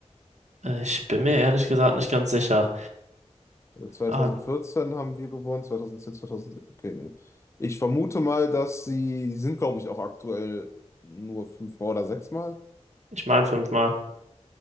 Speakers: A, on the right; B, on the left.
A: Äh, Ich bin mir ehrlich gesagt nicht ganz sicher.
B: Also 2014
A: Ah,
B: haben wir gewonnen, 2010, 2011. Okay, nee. Ich vermute mal, dass sie, die sind, glaube ich, auch aktuell nur fünfmal oder sechsmal.
A: ich meine fünfmal.